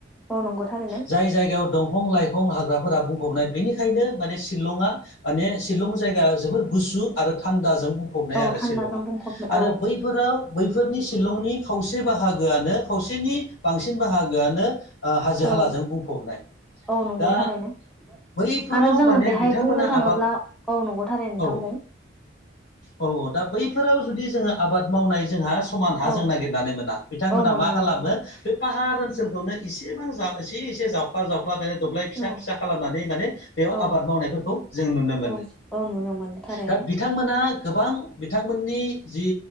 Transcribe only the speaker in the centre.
औ नंगौ थारैनो
औ
थान्दाजों
बुंफबनो
औ
औ
औ नंगौ
थारैनो
आरो जोङो
बेहाय
बुंनो थाङोब्ला
औ नंगौ थारैनो नोंथां
बुं
औ
औ मोना
नंगौ
औ
औ
औ औ नुनो मोनो थारैनो